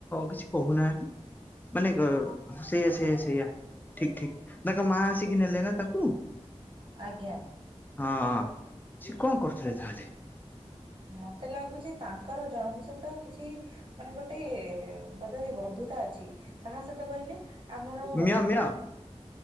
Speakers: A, on the left (about 15°); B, on the right (about 45°).
A: କିଛି କହୁନାହାନ୍ତି ମାନେ କ ସେଇୟା ସେଇୟା ସେଇଆ। ଠିକ ଠିକ ନାଙ୍କ ମା ଆସିକି ନେଲେ ନା ତାଙ୍କୁ।
B: ଆଜ୍ଞା।
A: ହଁ ସେଏ କଣ କରୁଥିଲେ ତାହେଲେ?
B: ମତେ ଲାଗୁଛି ତାଙ୍କର ଜଣଙ୍କ ସହିତ କିଛି ମାନେ ଗୋଟେ ବୋଧେ ବନ୍ଧୁ ଅଛି କାହା ସହିତ କହିଲେ? ଆମର
A: ମ୍ୟ ମ୍ୟ